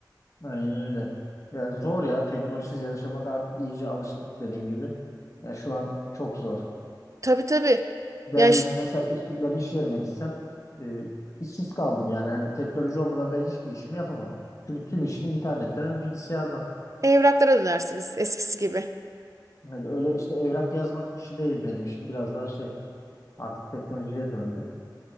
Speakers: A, on the left; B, on the right.
A: aynen öyle. Yani zor ya teknolojisiz yaşamak artık iyice alıştık dediğin gibi. Ya şu an çok zor.
B: Tabii tabii.
A: Ben
B: Yani şu-
A: mesela iş, ben iş yerime gitsem e, işsiz kaldım yani hani teknoloji olmadan ben hiçbir işimi yapamam. Çünkü tüm işim internetten ve bilgisayardan.
B: evraklara dönersiniz eskisi gibi.
A: Hani öyle işte evrak yazmak işi değil benim işim biraz daha şey artık teknolojiye döndü.